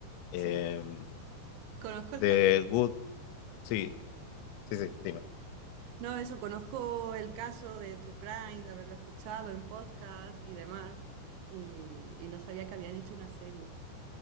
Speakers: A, on the left; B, on the right.
A: em,
B: sí. Conozco
A: de
B: el caso.
A: Good, sí, sí, sí, dime.
B: No, eso, conozco el caso de True Crime, de haberlo escuchado en podcast y demás. Y, y no sabía que habían hecho una serie.